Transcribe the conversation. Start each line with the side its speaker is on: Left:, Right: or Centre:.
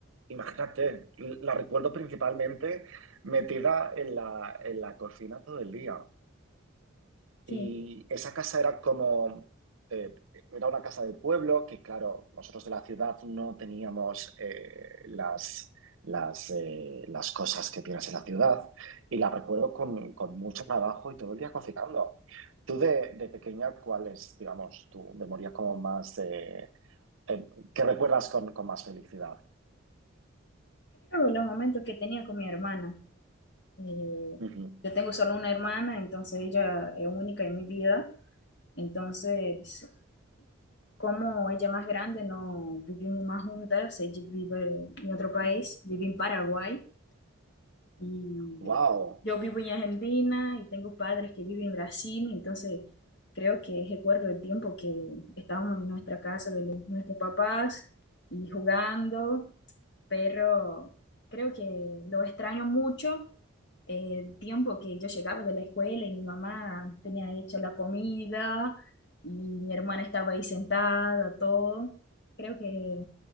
Right: Imagínate, la recuerdo principalmente metida en la, en la cocina todo el día.
Left: Que
Right: Y esa casa era como, eh, era una casa de pueblo que, claro, nosotros de la ciudad no teníamos eh, las, las, eh, las cosas que tienes en la ciudad. Y la recuerdo con, con mucho trabajo y todo el día cocinando. Tú de, de pequeña, ¿cuál es, digamos, tu memoria como más, eh, eh, que recuerdas con, con más felicidad?
Left: creo los momentos que tenía con mi hermana. Eh,
Right: Ujú.
Left: yo tengo solo una hermana, entonces ella es única en mi vida. Entonces, como ella es más grande, no vivimos más juntas. Ella vive en otro país,
Right: <laughs>
Left: vive en Paraguay. Y
Right: Wow.
Left: yo vivo en Argentina y tengo padres que viven en Brasil, entonces creo que recuerdo el tiempo que estábamos en nuestra casa de los- nuestros papás y jugando, pero creo que lo extraño mucho eh, el tiempo que yo llegaba de la escuela y mi mamá tenía hecho la comida y mi hermana estaba ahí sentada, todo. Creo que